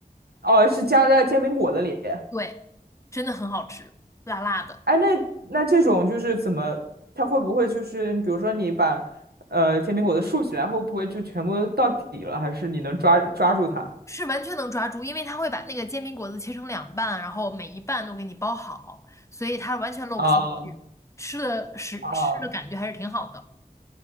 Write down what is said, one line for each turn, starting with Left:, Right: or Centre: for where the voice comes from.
Right: 哦，是加在煎饼果子里。
Left: 对，真的很好吃，辣辣的，
Right: 哎，那那这种就是怎么，它会不会就是比如说你把呃煎饼果子竖起来，会不会就全部到底了？还是你能抓抓住它？
Left: 是完全能抓住，因为他会把那个煎饼果子切成两半，然后每一半都给你包好，所以它完全漏不进去，
Right: 啊
Left: 吃的是吃的感觉还是挺好的。
Right: 啊